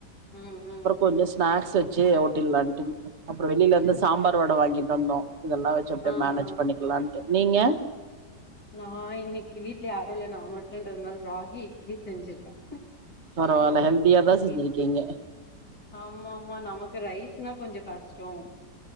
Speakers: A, on the left (about 75°); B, on the right (about 45°).
A: ம் ம்.
B: அப்புறம் கொஞ்சம் ஸ்நாக்ஸ் வச்சு ஜ அ ஆப்டில்லாண்ட அப்புறம் வெளியில
A: சரி
B: வந்து சாம்பார்
A: சரி
B: வடை வாங்கிட்டு வந்தோம் இதெல்லாம் வச்சு அப்டியே
A: ஆ
B: மேனேஜ்
A: ஆ
B: பண்ணிக்கலானு நீங்க
A: நான் இன்னைக்கு வீட்ல யாரும் இல்லலை நான் மட் இரண்டு ஒரு நாள் ராகி இட்லி செஞ்சிருக்கேன்
B: பரவாயில்ல ஹெல்தியாதான் செஞ்சிருக்கீங்க
A: இட்லி ஆமா ஆமா நமக்கு ரைஸ்னா கொஞ்ச கஷ்டம்